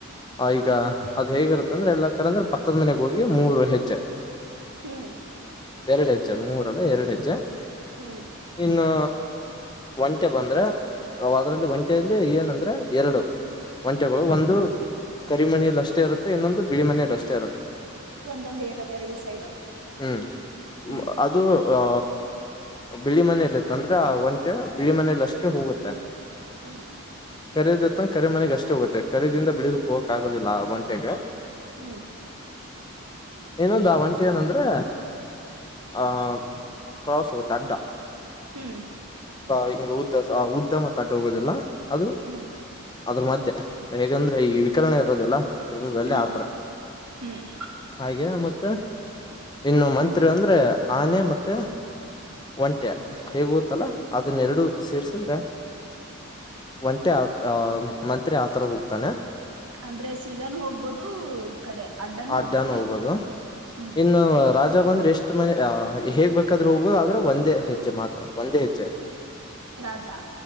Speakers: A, on the left; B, on the right.
A: ಈಗ ಅದ್ ಹೇಗಿರುತ್ತಂದ್ರೆ ಎಲ್ಲಾ ಕರಂದ್ರೆ ಪಕ್ಕದ ಮನೆಗೆ ಹೋಗಿ ಮೂರು ಹೆಜ್ಜೆ
B: ಹ್ಮ್
A: ಎರಡು ಹೆಜ್ಜೆ ಮೂರಲ್ಲ ಎರಡು ಹೆಜ್ಜೆ
B: ಹ್ಮ್
A: ಇನ್ನು ಒಂಟೆ ಬಂದ್ರೆ ಅದ್ರಲ್ಲಿ ಒಂಟೆೆಯಲ್ಲಿ ಏನಂದ್ರೆ ಎರಡು ಒಂಚೆಗಳು ಒಂದು ಕರಿಮನಲಿ ಅಷ್ಟೇ ಇರುತ್ತೆ ಇನ್ನೊಂದು ಬಿಳಿ ಮನಲಿ ಅಷ್ಟೇ
B: ಒಂದೊಂದೇ ಇರೋದ ಎರಡು ಸೈಡ್
A: ಹ್ಮ್
B: ಹ್ಮ್
A: ಅದು ಆ ಬಿಳಿ ಮನೆಯಲ್ಲಿತ್ತ ಅಂದ್ರೆ ಆ ಒಂಟೆ ಬಿಳಿ ಮನೆಯಲ್ಲಿ ಅಷ್ಟೇ ಹೋಗುತ್ತೆ
B: ಹ್ಮ್
A: ಕರೀದತ್ತ ಕರಿ ಮನೆಗ್ ಅಷ್ಟೇ ಹೋಗುತ್ತೆ ಕರೀದಿಂದ ಬಿಳಿದಕ್ ಹೋಗಕ್ ಆಗೋದಿಲ್ಲ ಒಂಟೆಗೆ
B: ಹ್ಮ್
A: ಇಏನೊಂದ ಒಂಟ ಏನಂದ್ರೆ ಆಹ ಕ್ರಾಸ್ ಹೋಗುತ್ತೆ ಅಡ್ಡ
B: ಹ್ಮ್
A: ಹಿಂಗ ಉದ್ದ ಉದ್ದ ಮತ್ತ ಅಡ್ಡು ಹೋಗೋದಿಲ್ಲ ಅದು
B: ಹ್ಮ್
A: ಅದ್ರ ಮಧ್ಯೆ ಹೇಗಂದ್ರೆ ಈ ವಿಕರಣ ಇರೋದಿಲ್ಲಲ್ಲ ತ್ರಿಪರ್ಗದಲ್ಲಿ
B: ಹ್ಮ್
A: ಆ ತರ
B: ಹ್ಮ್
A: ಹಾಗೆ ಮತ್ತ ಇನ್ನು ಮಂತ್ರಿ ಅಂದ್ರೆ ಆನೆ ಮತ್ತೆ ಒಂಟೆ ಹೇಗ ಗೋತ್ತಲ್ಲಾ ಅದನ್ನೆರಡುಸೇರ್ಸಿದ್ರ ಒಂಟೆ ಆ ಮಂತ್ರಿ ಆತರ ಹೋಗ್ತಾನೆ
B: ಅಂದ್ರೆ ಸೀದಾನ್ ಹೋಗ್ಬೋದು ಕಡೆ ಅಡ್ಡನು
A: ಅಡ್್ಯಾನ್
B: ಹೋಗ್ಬೋದು
A: ಹೋಗಬೋದು
B: ಹ್ಮ್
A: ಇನ್ನು ರಾಜಾ ಬಂದ್ರೆ ಎಷ್ಟು ಮನೆ ಹೇಗ್ಬೇಕೇಕಾದ್ರೆ ಹೋಗ್ಬೋುದು ಆದ್ರೆ ಒಂದೇ ಹೆಜ್ಜೆ ಮಾತ್ರ ಒಂದೇ ಹೆಜ್ಜೆ
B: ರಾಜಾ